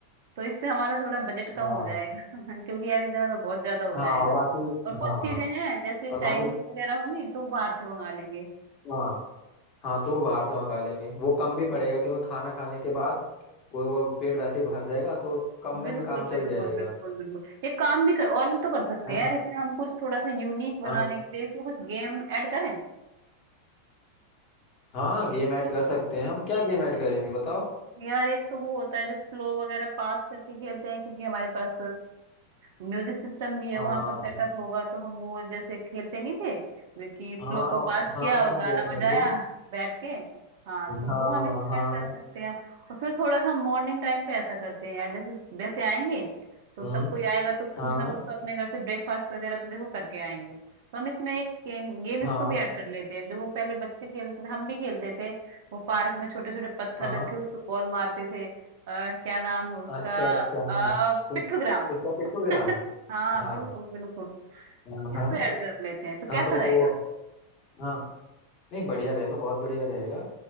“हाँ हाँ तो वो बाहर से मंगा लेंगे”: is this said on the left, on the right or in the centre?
Left